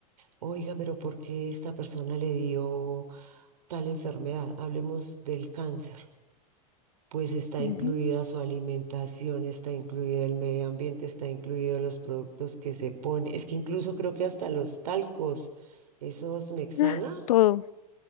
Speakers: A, on the right (about 80°); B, on the left (about 75°).
A: oiga, pero ¿por qué esta persona le dio? tal enfermedad, hablemos del cáncer, pues está
B: Ujú.
A: incluida su alimentación, está incluida el medio ambiente, está incluido los productos que se pone, es que incluso creo que hasta los talcos, esos Mexana,
B: <gasps> Todo,